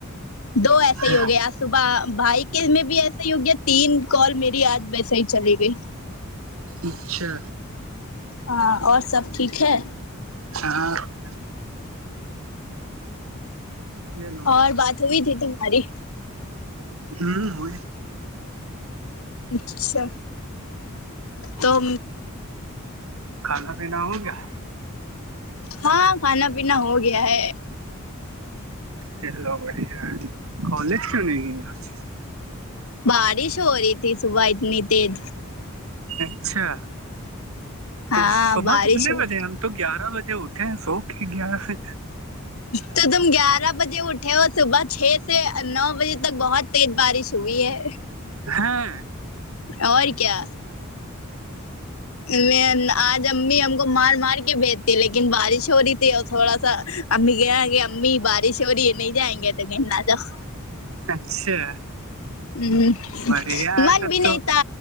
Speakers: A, on the left; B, on the right.
A: دو ایسے
B: اچھا
A: ہی ہو گئے آج صبح بھائی کے میں بھی ایسے ہی ہوگیا تین کال میری آج سی چل گے
B: اچھا
A: ہاں اور سب ٹھیک ہے
B: <inaudible> یہ لو
A: اور بات ہوئی تھی تمہاری
B: ہوں ہو
A: اچھا تو
B: کھانا پینا ہو کیا
A: ہاں کھانا پینا ہو گیا ہے
B: سلو بڑیا کالج کیوں نہیںج <inaudible>
A: بارش ہو رہی تھی صبح اتنی تیز
B: اچھا
A: ہاں
B: تو صبح
A: بارش
B: کتنے
A: ہو
B: بجے ہم تو گیارہ بجے اٹھے ہیں سو کے گیارہ بے
A: تو تم گیارہ بجے اٹھے ہو صبح چھ سے نو بجے اب تک بہت تیز بارش ہوئی ہے
B: ہاں
A: اور کیا میں آج امی ہم کو مار مار کے بیجتی لیکن بارش ہو رہی تھی تھوڑا سا امی کہ کہ امی بارش اوری یہ نہیں جائیں گے تو کہنا تھاا <inaudible>
B: اچھا
A: ہ
B: بڑھیا ہے
A: من
B: تب
A: بھی
B: تو
A: نہیںتا